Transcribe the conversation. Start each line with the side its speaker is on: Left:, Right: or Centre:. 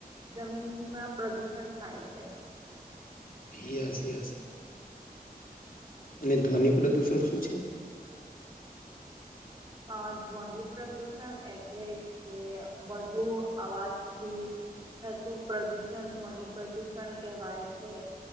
Right: જમીનમાં પ્રદૂષણ થાય છે.
Left: Yes yes. અને ધ્વનિ પ્રદુષણ શું છે?
Right: આ ધ્વનિ પ્રદુષણ એટલે કે વધુ અવાજથી થતું પ્રદૂષણ ધ્વનિ પ્રદૂષણ કહેવાય છે.